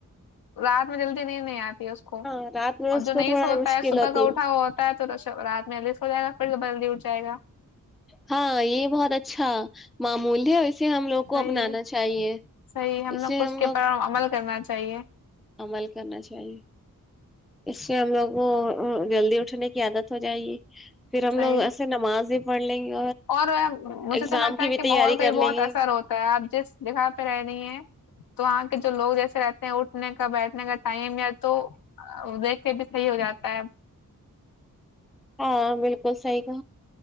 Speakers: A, on the left (about 85°); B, in the centre.
A: رات میں جلدی نہیں نہیں آتی اس کو
B: ہاں رات میں
A: اور
B: اس
A: جو
B: کو
A: نہیں
B: تھوڑا
A: سو ہوتا
B: مشکل
A: ہے صبح
B: ہوتی
A: کا اٹھا ہوا ہوتا ہے تو رات میںس ہوگا پڑ کے بند ہی اٹ جائے گا
B: ہاں یہ بہت اچھا معموول ہے اس سے ہم لوگ کو
A: صحیح
B: اپنانا چاہیے
A: صحیح
B: اس سے
A: کو
B: ہم
A: کے
B: لوگ
A: اوپر عمل کرنا چاہیے
B: عمل کرنا چاہیے اس سے ہم لوگ کو جلدی اٹھنے کی عادت ہو جائے گی پھر ہم
A: صحیح
B: لوگ ایسے نماز بھی پڑھ لیں گے
A: اور مجھے
B: ایگزام
A: تو لگتا
B: کی
A: ہے
B: بھی
A: کہ
B: تیاری
A: ماحول کا
B: کر
A: بھی بہت
B: لیں گے
A: اثر ہوتا ہے آپ جس جگہ پہ رہ رہی ہیں تو وہاں کے جو لوگ جیسے رہتے ہیں اٹھنے کا بیٹھ اننگا ٹائم آت تویک سے بھی صحیح ہو جاتا ہے ا
B: ہاں بالکل صحی کا